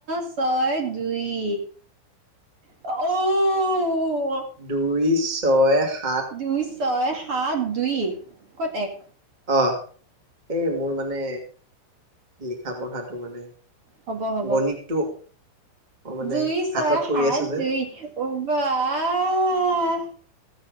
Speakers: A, on the right (about 40°); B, on the right (about 65°).
A: ছয় দুই অঔ
B: দুই ছয় সা-
A: দুই ছয় সা- সাত দুই ক'ত এক
B: অঁ এই মোৰ মানে লিখা পঢ়াটো মানে
A: হ'ব হব
B: গণিতটো অ মানে
A: দুই ছয়
B: হাতত কৰি
A: সাত
B: আছো যে
A: দুই উ বা--আ